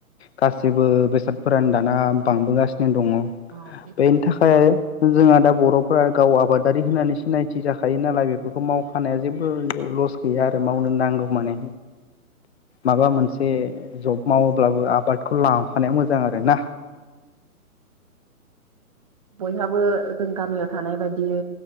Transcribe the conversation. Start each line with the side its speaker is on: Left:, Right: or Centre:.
Left: गासिबो बेसादफोरानो दा ना बांबोगासिनो दङ
Right: औ बे
Left: बेनि थाखाय आरो जोंहा दा ब बर'फ्रा गाव आबादारि होननानै सिनायथि जाखायो नालाय बेफोरखौ मावखानाया जेबो लस गैया आरो मावनो नांगौ माने माबा मोनसे ए जब मावोब्लाबो आबादखौ लांफानाया मोजां आरो ना
Right: बयहाबो जों गामियाव थानाय बायदियै